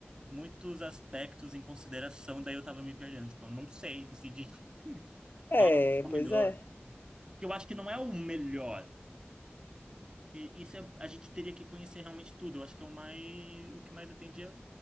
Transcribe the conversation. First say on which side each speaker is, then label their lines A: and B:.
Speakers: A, on the right (about 20°); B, on the left (about 55°).
A: muitos aspectos em consideração, daí eu tava me perdendo, tipo, eu não sei decidir <laughs>
B: É,
A: qual é o melhor.
B: pois é.
A: Porque eu acho que não é o melhor. E isso é- a gente teria que conhecer realmente tudo. Eu acho que é o mais, o que mais atendia